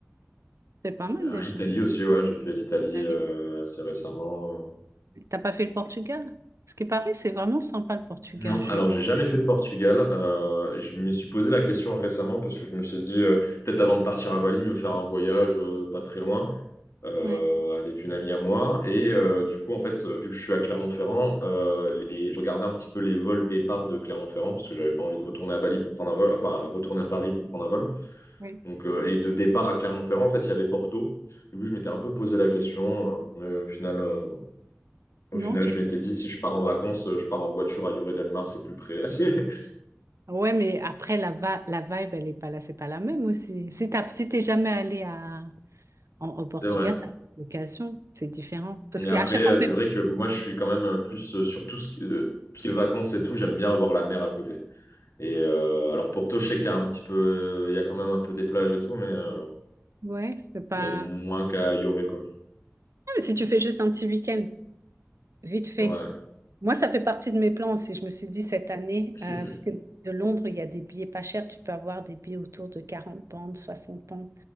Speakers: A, on the right; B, on the left.
A: C'est pas mal
B: Ah,
A: déjà.
B: Italie aussi, ouais, j'ai fait l'Italie
A: Allez.
B: euh, assez récemment.
A: T'as pas fait le Portugal? Ce qui paraît, c'est vraiment sympa le Portugal,
B: Non,
A: je...
B: alors j'ai jamais fait le Portugal. Euh, je me suis posé la question récemment parce que je me suis dit, euh, peut-être avant de partir à Bali, me faire un voyage euh, pas très loin. euh,
A: Ouais.
B: avec une amie à moi. Et euh, du coup, en fait, vu que je suis à Clermont-Ferrand, euh, les... je regardais un petit peu les vols départ de Clermont-Ferrand, parce que j'avais pas envie de retourner à Bali pour prendre un vol, enfin, retourner à Paris pour prendre un vol.
A: ouais
B: Donc, euh, et de départ à Clermont-Ferrand, en fait, il y avait Porto. Du coup, je m'étais un peu posé la question, euh, mais au final, euh, au
A: Non,
B: final,
A: tu...
B: je m'étais dit, si je pars en vacances, euh, je pars en voiture à Lloret Delmar, c'est plus près. <laughs>
A: Ouais, mais après, la, va- la vibe, elle est pas là, c'est pas la même aussi. Si t'as... si t'es jamais allé à... En- au Portugal,
B: C'est vrai.
A: ça fait location, c'est différent. Parce
B: Et
A: qu'à
B: après,
A: chaque
B: euh,
A: fois,
B: c'est vrai que moi, je suis quand même euh, plus euh, sur tout ce qui, euh, tout ce qui est vacances et tout, j'aime bien avoir la mer à côté. Et euh, alors Porto, je sais qu'il y a un petit peu, il y a quand même un peu des plages et tout, mais, euh,
A: ouais, c'est pas.
B: mais moins qu'à Yoré, quoi.
A: Ah, mais si tu fais juste un petit week-end, vite fait.
B: Ouais.
A: Moi, ça fait partie de mes plans aussi. Je me suis dit cette année,
B: <laughs>
A: euh, parce que de Londres, il y a des billets pas chers. Tu peux avoir des billets autour de 40 pounds, 60 pounds